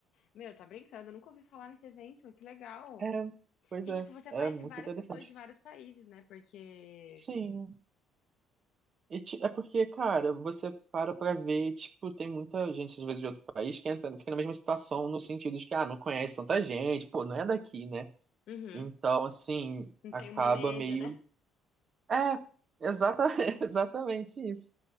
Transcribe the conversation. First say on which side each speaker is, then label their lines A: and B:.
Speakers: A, on the left; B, on the right.
A: Meu, tá brincando, eu nunca ouvi falar nesse evento, que legal.
B: É, pois
A: E,
B: é,
A: tipo, você
B: é
A: conhece
B: muito
A: várias
B: interessante.
A: pessoas de vários países, né, porque...
B: Sim, e, ti- é porque, cara, você para pra ver, tipo, tem muita gente, às vezes, de outro país que entra, fica na mesma situação, no sentido de que, ah, não conhece tanta gente, pô, não é daqui, né?
A: Uhum,
B: Então, assim,
A: não
B: acaba
A: tem o molejo,
B: meio.
A: né?
B: É, exata... <laughs> exatamente isso.